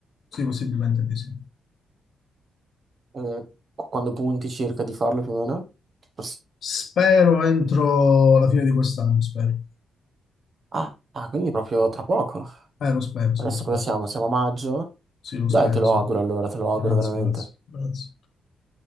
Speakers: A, on the left; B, on the right.
A: sì, possibilmente di sì.
B: Eh, qu- quando punti circa di farlo più o meno? Poss-
A: Spero entro la fine di quest'anno, spero.
B: Ah, ah, quindi proprio tra poco.
A: Eh, lo spero, sì,
B: Adesso
A: lo spero.
B: cosa siamo? Siamo a maggio?
A: Sì, lo
B: Dai,
A: spero,
B: te lo
A: sì.
B: auguro allora, te lo
A: Grazie,
B: auguro veramente.
A: grazie, grazie.